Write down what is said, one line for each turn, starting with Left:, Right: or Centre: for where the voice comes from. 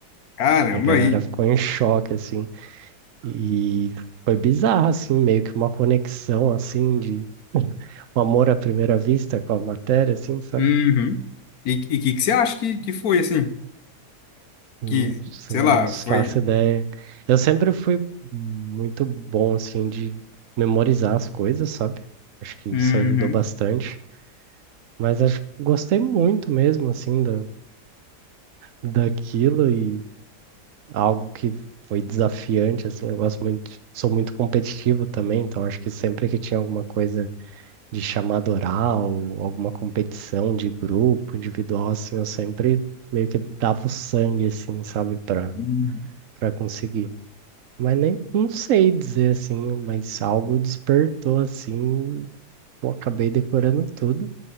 Left: Caramba,
Right: E a galera
Left: e
Right: ficou em choque, assim. E foi bizarro, assim, meio que uma conexão, assim, de <laughs> um amor à primeira vista com a matéria, assim, sabe?
Left: uhum. E o que, que você acha que, que foi assim?
Right: Nossa,
Left: Que, sei
Right: não
Left: lá,
Right: faço
Left: foi.
Right: ideia. Eu sempre fui muito bom, assim, de memorizar as coisas, sabe? Acho que isso
Left: Uhum.
Right: ajudou bastante. Mas acho que gostei muito mesmo, assim, da, daquilo e algo que foi desafiante, assim. Eu gosto muito, sou muito competitivo também, então acho que sempre que tinha alguma coisa de chamada oral, alguma competição de grupo, individual, assim, eu sempre meio que dava o sangue, assim, sabe, para
Left: Uhum.
Right: para conseguir. Mas nem não sei dizer assim, mas algo despertou assim, pô, acabei decorando tudo.